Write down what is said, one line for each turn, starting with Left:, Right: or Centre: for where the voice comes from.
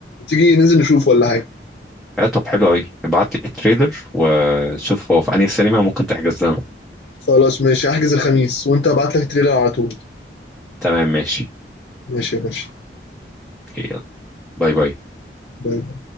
Left: تيجي ننزل نشوفه ولا حاجه
Centre: آه طب حلو قوي ابعت لي التريلر وشوف هو في انهي سينما ممكن تحجز لنا
Left: خلاص ماشي هحجز الخميس وانت هبعت لك التريلر على طول
Centre: تمام ماشي
Left: ماشي يا باشا
Centre: أوكي، يلا باي باي
Left: باي.